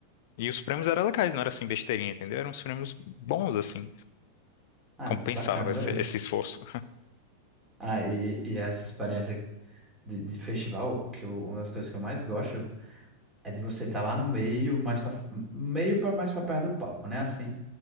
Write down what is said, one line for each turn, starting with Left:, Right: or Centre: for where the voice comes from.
Left: e os prêmios eram legais, não era assim besteirinha, entendeu? Eram uns prêmios bons, assim.
Right: Ah,
Left: Compensava
Right: muito bacana, adorei.
Left: esse, esse esforço.
Right: Ah, e, e essa experiência de, de festival, que eu- uma das coisas que eu mais gosto. É de você estar lá no meio, mais para meio para mais para perto do palco, né? Assim,